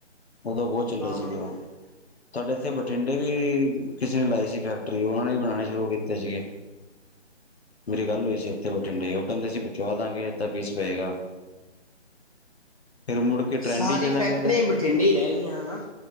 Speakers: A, on the left; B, on the left.
A: ਉਦੋਂ ਬਹੁਤ। ਚੱਲੇ
B: ਹਾਂ
A: ਸੀਗੇ ਉਹ। ਤੁਹਾਡੇ ਇੱਥੇ ਬਠਿੰਡੇ ਵੀ ਕਿਸੇ ਨੇ ਲਾਈ ਸੀ ਫੈਕਟਰੀ, ਉਹਨਾਂ ਨੇ ਬਣਾਉਣੇ ਸ਼ੁਰੂ ਕੀਤੇ ਸੀਗੇ। ਮੇਰੀ ਗੱਲ ਹੋਈ ਸੀ ਇੱਥੇ ਬਠਿੰਡੇ, ਉਹ ਕਹਿੰਦੇ ਸੀ ਪਹੁੰਚਵਾ ਦਾਂਗੇ ਏਦਾਂ ਪੀਸ ਪਏਗਾ। ਫਿਰ ਮੁੜ ਕੇ
B: ਸਾਰੀ
A: ਟਰੈਂਡ ਹੀ ਚਲਾ
B: ਫੈਕਟਰੀਆਂ
A: ਗਿਆ ਉਹਦਾ
B: ਬਠਿੰਡੇ ਹੀ ਰਹਿ ਗਈਆਂ, ਹਨਾ।